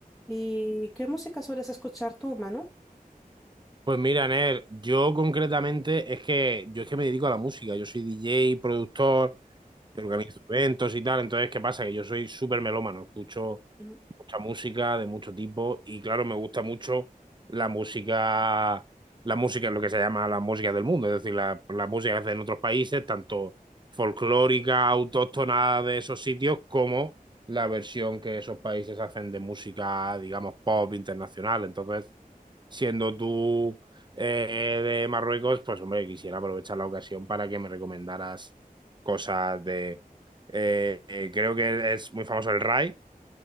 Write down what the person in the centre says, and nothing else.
¿Y qué música sueles escuchar tú, Manu?
Ujú.